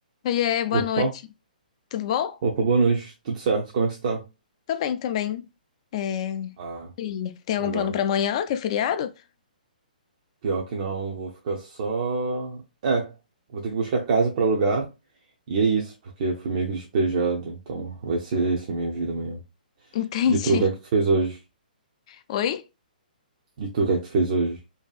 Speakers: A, on the left; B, on the right.
A: Oiê, boa
B: Opa,
A: noite. Tudo bom?
B: opa, boa noite. Tudo certo? Como é que você tá?
A: Tô bem também. É,
B: Ah,
A: Sim. Tem
B: legal.
A: algum plano pra amanhã, que é feriado? <laughs>
B: Pior que não, vou ficar só. É, vou ter que buscar casa pra alugar. E é isso, porque fui meio que despejado. Então vai ser essa minha vida amanhã.
A: Entendi.
B: E tu, o que é que tu fez hoje?
A: Oi?
B: E tu, o que é que tu fez hoje?